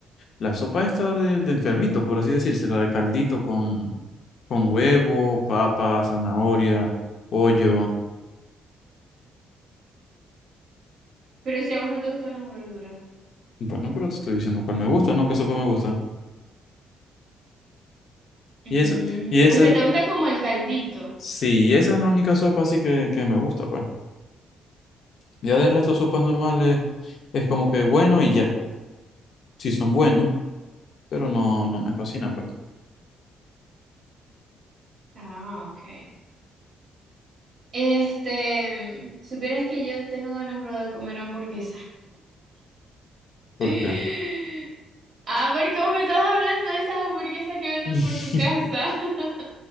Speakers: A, on the left; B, on the right.
A: la sopa esta de, de enfermito, por así decirse, la de caldito con, con huevo, papa, zanahoria, pollo.
B: pero si a vos no te gustan las verduras.
A: Bueno, pero te estoy diciendo cuál me gusta, ¿no? ¿Qué sopa me gusta?
B: Mm,
A: Y esa, y esa
B: o sea,
A: es,
B: te gusta como el caldito.
A: sí, esa es la única sopa así que, que me gusta, pues. Ya de resto, sopas normales es como que bueno y ya, sí son buenas, pero no, no me fascinan, pues.
B: Ah, ok. Este, mm, supieras que yo tengo ganas, pero de comer hamburguesa.
A: ¿Por
B: <laughs>
A: qué?
B: Ah, porque vos me estás hablando de esas hamburguesas que venden
A: <laughs>
B: por tu casa. <laughs>